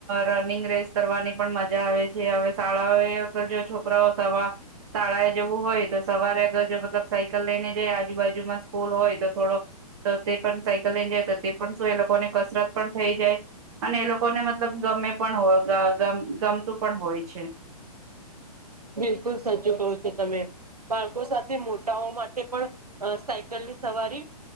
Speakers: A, on the right; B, on the right.
A: રનિંગ રેસ કરવાની પણ મજા આવે છે હવે શાળાઓએ જો છોકરાઓ સવાર તાળાએ જવું હોય તો સવારેગર મબ સાઈકલ લેને જાય આુાજુ જુ સ્કૂલ હોય તો થોડો તો તે પણ સાયકલ લઈને જાય તો તે પણ શું એ લોકોને કસરત પણ થઈ જાય અને એ લોકોને મતલબ ગમે પણ હો જા જા ગમ ગમતું પણ હોય છે
B: બિલકુલ સા્ચું કહ છો તમે બાળકો સાથે મોટાઓ માટે પણ સાયકલની સવારી